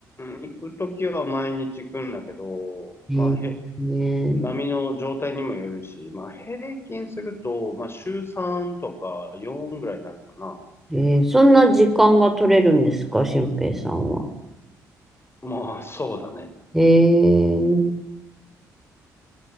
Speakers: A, on the left; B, in the centre.
A: ん、行くときは毎日行くんだけど、
B: え
A: まあ、へ、
B: えね
A: 波の状態にもよるし、まあ、平均すると、まあ、週3とか4ぐらいになるかな。
B: えーそんな時間が取れるんですか、俊平さんは。
A: まあ、そうだね。
B: えー、